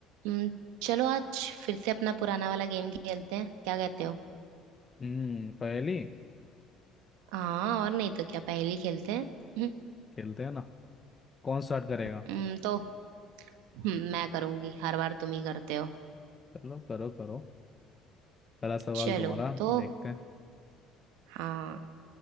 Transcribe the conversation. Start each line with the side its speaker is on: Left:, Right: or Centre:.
Right: हम्म, चलो आज फिर से अपना पुराना वाला गेम खेलते हैं क्या कहते हो
Left: हम्म पहली
Right: हाँ और नहीं तो क्या पहेली खेलते हैं हम्म,
Left: खेलते हैं ना कौन स्टार्ट करेगा
Right: हम्म, तो हम्म, मैं करूंगी हर बार तुम ही करते हो
Left: चलो करो करो पहला सवाल
Right: चलो
Left: तुम्हारा
Right: तो
Left: देखते हैं
Right: हाँ